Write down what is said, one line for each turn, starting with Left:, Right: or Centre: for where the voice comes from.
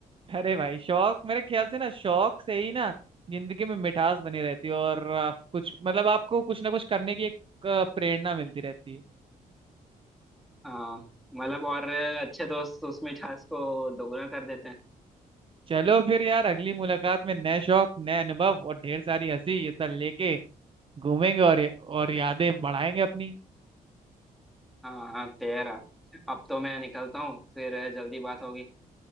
Right: अरे भाई शौक मेरे ख्याल से ना शौक से ही ना जिंदगी में मिठास बनी रहती है और अ, कुछ मतलब आपको कुछ ना कुछ करने की एक अ, प्रेरणा मिलती रहती है
Centre: हाँ मतलब और अच्छे दोस्त उस मिठास को दोगुना कर देते हैं
Right: चलो फिर यार अगली मुलाकात में नए शौक नए अनुभव और ढेर सारी हंसी ये सब लेके घूमेंगे और और यादें बढ़ाएंगे अपनी
Centre: हाँ हाँ तेरा अब तो मैं निकलता हूँ फिर जल्दी बात होगी